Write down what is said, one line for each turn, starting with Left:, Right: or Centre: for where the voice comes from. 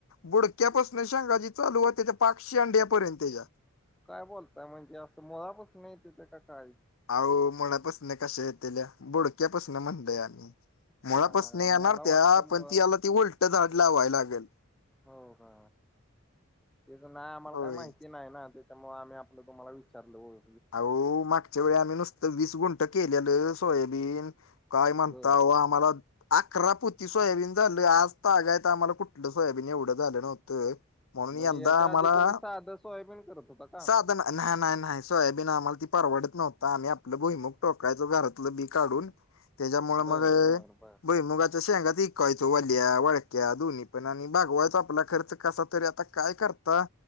Left: बुडक्यापासून शेंग जी चालू हो त्याच्या पाक शेंड्या पर्यंतच्या
Centre: काय बोलताय म्हणजे असं मुळापासन येताती का काय?
Left: अहो मुळापासून कशा येतल्या बोडक्यापासून म्हणतय आम्ही मुळापासना
Centre: हा हा
Left: ही
Centre: मला
Left: येणार
Centre: वाटलं
Left: त्या
Centre: मुळापासून
Left: पण ती आला ती उलट
Centre: आलं.
Left: झाड लावाय लागेल.
Centre: हो का तेच नाही आम्हाला
Left: होय
Centre: काय माहिती नाही ना, त्यामुळे आम्ही आपलं तुम्हाला विचारलं हो,
Left: अहो मागच्या वेळी आम्ही नुसतं वीस गुंठ केलेलं सोयाबीन काय म्हणता
Centre: बर
Left: ओ मला अकरापोती सोयाबीन झालं आज तगाय तर आम्हाला कुठलं सोयाबीन एवढं झालं नव्हतं. म्हणून
Centre: म्हणजे
Left: यंदा
Centre: याच्या
Left: आम्हाला
Centre: आधी तुम्ही साधं सोयाबीन करत होता का?
Left: साधन नाही नाही सोयाबीन आम्हाला ती परवडत नव्हता आम्ही आपलं भोईमुग टोकायचो घरातलं बी काढून त्याच्यामुळे
Centre: बर
Left: मग
Centre: बर बर
Left: भुईमूग शेंगा चा विकायचा वल्या वळक्या दोन्ही पण आणि बगवायचो आपला खर्च कसा तरी आता काय करता